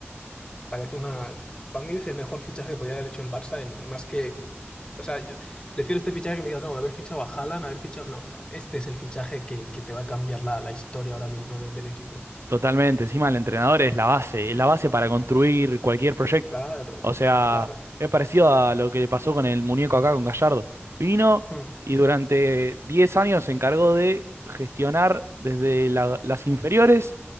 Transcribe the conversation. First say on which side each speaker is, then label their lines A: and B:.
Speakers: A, on the left (about 20°); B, on the right (about 70°).
A: Parece una. Para mí es el mejor fichaje que podía haber hecho el Barça en más que. O sea, yo prefiero este fichaje que me digas, no, haber fichado a Haaland, haber fichado. No, no, no. Este es el fichaje que, que te va a cambiar la, la historia ahora mismo de- del equipo.
B: Totalmente, encima el entrenador es la base, es la base para construir cualquier proyecto.
A: Claro,
B: O sea,
A: claro.
B: es parecido a lo que le pasó con el muñeco acá con Gallardo. Vino
A: Mm,
B: y durante 10 años se encargó de gestionar desde la- las inferiores